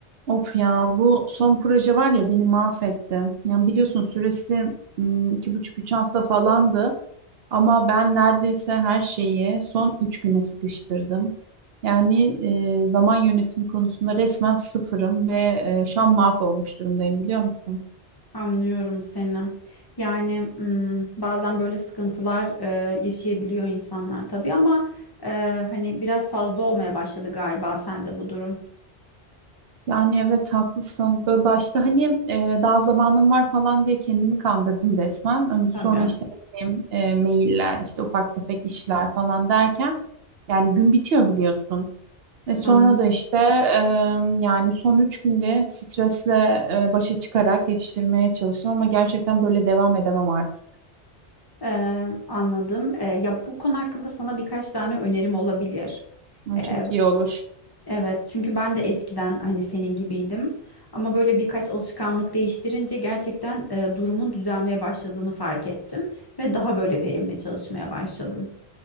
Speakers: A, on the right; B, on the left.
A: Of ya bu son proje var ya beni mahvetti. Yani biliyorsun süresi mm, iki buçuk üç hafta falandı. Ama ben neredeyse her şeyi son üç güne sıkıştırdım. Yani e, zaman yönetimi konusunda resmen sıfırım ve e, şu an mahvolmuş durumdayım biliyor musun?
B: Anlıyorum seni. Yani mm, bazen böyle sıkıntılar e, yaşayabiliyor insanlar tabii ama e, hani biraz fazla olmaya başladı galiba sende bu durum.
A: Yani evet haklısın. Böyle başta hani e, daha zamanım var falan diye kendimi kandırdım resmen. Ama
B: Tabii.
A: sonra işte ne bileyim e, mailler, işte ufak tefek işler falan derken yani gün bitiyor biliyorsun. E sonra
B: Anladım.
A: da işte em, yani son üç günde stresle e, başa çıkarak yetiştirmeye çalıştım ama gerçekten böyle devam edemem artık.
B: E, anladım. E, ya bu konu hakkında sana birkaç tane önerim olabilir.
A: Ay,
B: E,
A: çok iyi olur.
B: evet çünkü ben de eskiden hani senin gibiydim. Ama böyle birkaç alışkanlık değiştirince gerçekten e, durumun düzelmeye başladığını fark ettim ve daha böyle verimli çalışmaya başladım.